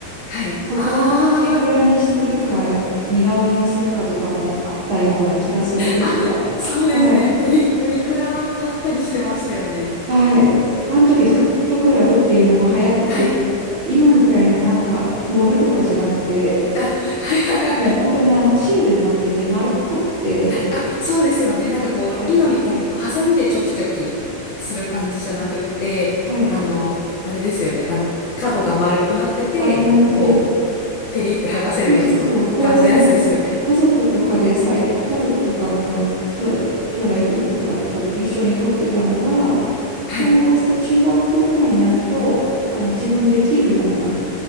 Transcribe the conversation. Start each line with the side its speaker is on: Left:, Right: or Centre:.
Left: はい。
Right: そこをいくらにするか、
Left: あー、
Right: 似顔絵にするかとかもあったような気がするんですが。
Left: あ、そうですね。
Right: はい。
Left: プリ、プリクラ貼ったりしてましたよね。
Right: はい。あの時、
Left: なんか、
Right: プリントクラブっていうのも流行ってて、
Left: はい。
Right: 今みたいななんか、盛るとかじゃなくて、
Left: あ、はいはいはいはい。
Right: もう本当にあの、シールになってて、丸っこくて、
Left: あ、そうですよね。なんかこう、
Right: はい。
Left: 今みたいにこう、ハサミでチョキチョキする感じじゃなくって、
Right: はい。
Left: あの、あれですよね。あの、角が丸くなってて、
Right: 丸くなってて、
Left: こう、ペリって剥がせるやつの感じのやつですよね。
Right: そうそうそう。これを、なんか、ね家族とかでさい、家族とか、その兄弟、兄弟、いとことかと一緒に撮ってたのが、
Left: はい。
Right: 友達と中学校ぐらいになると、あの、自分で切るような、